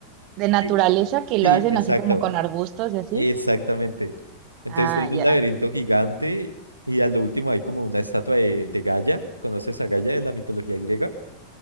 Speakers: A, on the right; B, on the right.
A: De naturaleza
B: Sí,
A: que lo
B: sí,
A: hacen
B: exacto,
A: así como con arbustos y así.
B: exactamente. Entonces
A: Ah,
B: tienen un
A: ya.
B: laberinto gigante y a lo último hay como una estatua de, de Gaia. ¿Conoces a Gaia de la mitología griega?